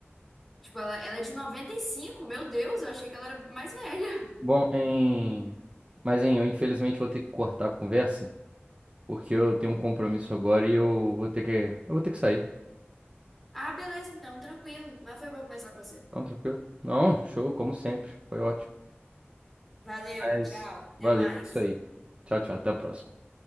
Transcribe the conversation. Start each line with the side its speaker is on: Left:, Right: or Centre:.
Centre: Tipo, ela, ela é de 95. meu Deus, eu achei que ela era mais velha.
Right: Bom, em... Mas, hein, eu infelizmente vou ter que cortar a conversa, porque eu tenho um compromisso agora e eu vou ter que... Eu vou ter que sair.
Centre: Ah, beleza, então, tranquilo. Mas foi bom conversar com você.
Right: Não, tranquilo? Não, show, como sempre. Foi ótimo.
Centre: Valeu,
Right: Mas,
Centre: tchau. Até
Right: valeu,
Centre: mais.
Right: é isso aí. Tchau, tchau, até a próxima.